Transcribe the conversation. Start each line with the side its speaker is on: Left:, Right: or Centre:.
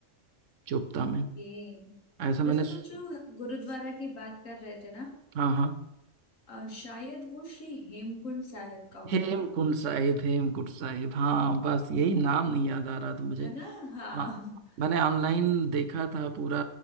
Right: चुपता में
Left: ओके
Right: ऐसा मैंने
Left: वैसे
Right: सु-
Left: तुम जो गुरुद्वारा की बात कर रहे थे ना
Right: हाँ हाँ
Left: अ, शायद वो श्री हेमकुंड साहिब का
Right: हेमकुंड
Left: होगा
Right: साहिब हेमकुंड साहिब हाँ बस यही नाम नहीं याद आ रहा था मुझे
Left: है ना हाँ
Right: हाँ मैंने ऑनलाइन देखा था पूरा